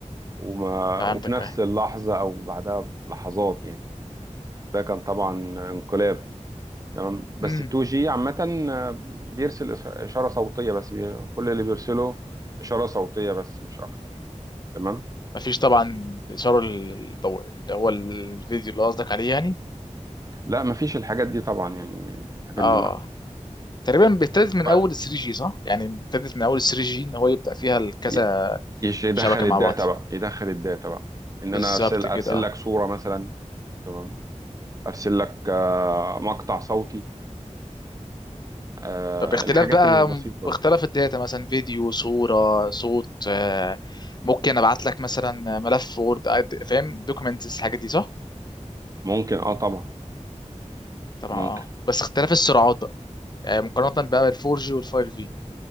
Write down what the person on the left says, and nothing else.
فهمتك
اه
امم
مفيش طبعا اشاره الضوء اللي هو الفيديو اللي قصدك عليه يعني
اه
تقريبا بيبتدئ من
اول 3G صح يعني بيبتدئ من اول 3G ان هو يبدأ فيها كذا
شبكة
مع بعض
بالظبط
كده اه
طب باختلاف
بقى
باختلاف
الداتا مثلا فيديو صورة صوت آه، ممكن ابعت لك مثلا ملف وورد أد- فاهم دوكيومنتس الحاجات دي صح
طبعا
اه آه. بس اختلاف السرعات بقى آه، مقارنة بقى بالفور جي والفايف جي